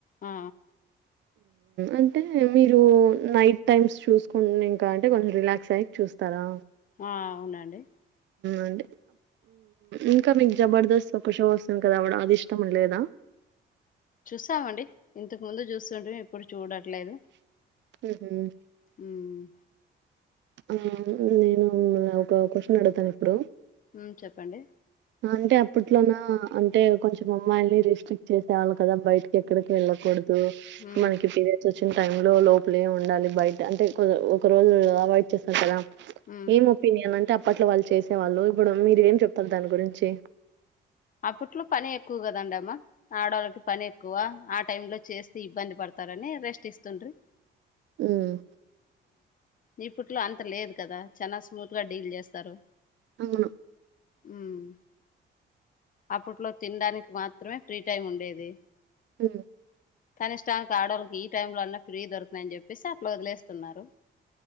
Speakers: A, on the left; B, on the right.
A: ఆ
B: అంటే మీరు నైట్ టైమ్స్ చూసుకు ఇంకా అంటే కొంచెం రిలాక్స్ అయ్య చూస్తారా
A: ఆ అవునండి
B: అంటే ఇంకా మీకు జబర్దస్త్ ఒక షో వస్తుంది కదా అది ఇష్టం లేదా
A: చూసామండి ఇంతకు ముందు చూస్తుంటేే ఇప్పుడు చూడట్లేదు
B: మ్మ్ హ్మ్
A: మ్మ్
B: ఆ నేను ఒక క్వశ్చన్ అడుగుతాను ఇప్పుడు
A: ఉమ్ చెప్పండి
B: అంటే అప్పట్లోన అంటే కొంచెం అమ్మాయిని రిస్ట్రిక్ట్ చేసేవాళ్ళు కదా బయటకి ఎక్కడికి వెళ్ళకూడదు
A: ఉమ్
B: తో మనకి పీరియడ్స్ వచ్చినప్పుడు వచ్చిన టైంలో లోపలే ఉండాలి బయట అంటే ఒక రోజు అవాయిడ్ చేస్తాను కదా
A: ఉమ్
B: ఏం ఒపనియన్ అంటే అ పట్ల వాళ్ళ చేసే వాళ్ళు ఇప్పుడు మీరు ఏం చెప్తారు దాని గురించి చే
A: అప్పట్లో పని ఎక్కువ కదండ అమ్మా ఆడోళ్ళకి పని ఎక్కువ ఆ టైమ్ లో చేస్తే ఇబ్బంది పడతారని రెస్ట్ ఇస్తుండ్రి
B: మ్మ్
A: ఇప్పట్లో అంత లేదు కదా చానా స్మూత్గా డీల్ చేస్తారు
B: అవును
A: మ్మ్ అప్పట్లో తినడానిక్ మాత్రమే ఫ్రీ టైమ్ ఉండేది
B: హ్మ్
A: కనిష్టానికి ఆడోళ్లకి ఈ టైమ్ లో అన్న ఫ్రీ దొరుకునయని చెప్పేసి అట్లా వదిలేస్తున్నారు